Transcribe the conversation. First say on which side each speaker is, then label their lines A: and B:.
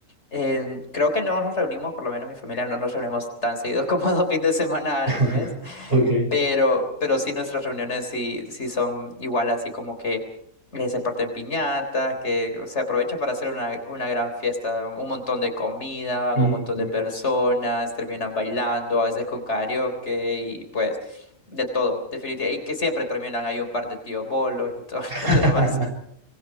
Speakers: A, on the left; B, on the right.
A: en- creo que no nos reunimos, por lo menos mi familia no nos reunimos tan seguidos como <laughs> dos fines de semana al
B: <laughs>
A: mes,
B: Ok.
A: Pero, pero sí, nuestras reuniones sí, sí son igual, así como que eh, se parten piñatas, que se aprovecha para hacer una, una gran fiesta, un montón de comida, van
B: Mm.
A: un montón de personas, terminan bailando, a veces con karaoke y pues de todo, definitivamente. Y que siempre terminan ahí un par de tíos bolos y todo
B: <laughs>
A: <laughs> lo demás.